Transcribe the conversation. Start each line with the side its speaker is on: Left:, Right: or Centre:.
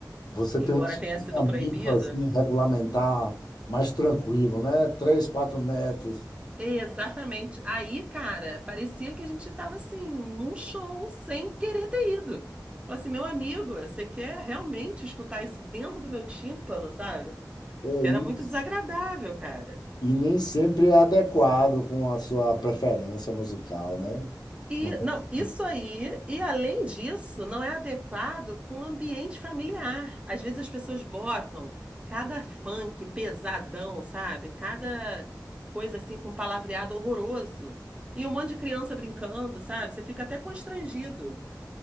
Left: Você
Right: embora
Left: tem um distanciamento
Right: tenha sido proibido.
Left: assim, regulamentar mais tranquilo, né? Três, quatro metros.
Right: Exatamente. Aí, cara, parecia que a gente estava assim, num show sem querer ter ido. Falei assim, meu amigo, você quer realmente escutar isso dentro do meu tímpano, sabe?
Left: É
Right: Que
Left: isso.
Right: era muito desagradável, cara.
Left: E nem sempre é adequado com a sua preferência musical, né?
Right: E
Left: Acontece
Right: não, isso
Left: muito,
Right: aí, e além disso, não é adequado com o ambiente familiar. Às vezes as pessoas botam cada funk pesadão, sabe? Cada coisa assim com palavreado horroroso. E um monte de criança brincando, sabe? Você fica até constrangido.